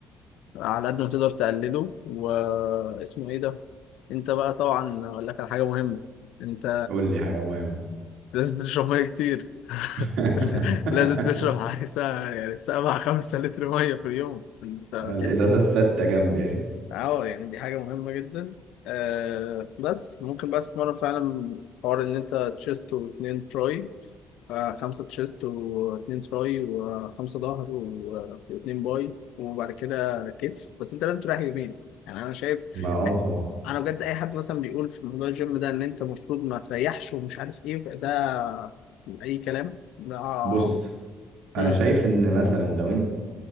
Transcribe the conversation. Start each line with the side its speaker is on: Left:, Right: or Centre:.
Left: على قد ما تقدر تقلله واسمه ايه ده انت بقى طبعا اقول لك على حاجه مهمه انت
Right: قول لي حاجة مهمة
Left: لازم تشرب ميه كتير
Right: <laughs>
Left: <laughs> لازم تشرب حوالي ساعة يعني سبعة خمسة لتر مية في اليوم انت
Right: الازازة
Left: دي حاجة
Right: الستة جنبي اهي
Left: اه يعني دي حاجة مهمة جدا آه بس ممكن بقى تتمرن فعلا حوار ان انت تشيست واتنين تراي آه، خمسة تشيست واتنين تراي وخمسة ظهر و- واتنين باي وبعد كده كتف بس انت لازم تريح يومين يعني انا شايف
Right: ما اه طبعا
Left: انا بجد اي حد مثلا بيقول في موضوع الجيم ده ان انت المفروض ما تريحش ومش عارف ايه ده اي كلام ده عبط.
Right: بص
Left: مم.
Right: انا شايف ان مثلا لو انت